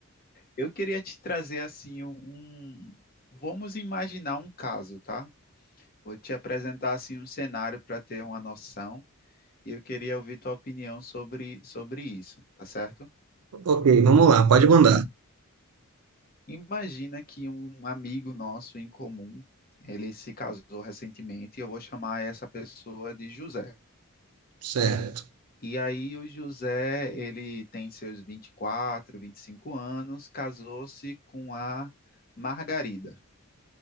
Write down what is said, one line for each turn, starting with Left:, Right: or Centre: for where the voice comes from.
Left: Eu queria te trazer, assim, um... um- Vamos imaginar um caso, tá? Vou te apresentar, assim, um cenário para ter uma noção e eu queria ouvir tua opinião sobre, sobre isso, tá certo?
Right: Ok, vamos lá, pode mandar.
Left: Imagina que um amigo nosso em comum, ele se casou recentemente e eu vou chamar essa pessoa de José.
Right: Certo.
Left: E aí o José, ele tem seus vinte vinte e quatro, vinte e cinco anos, casou-se com a Margarida.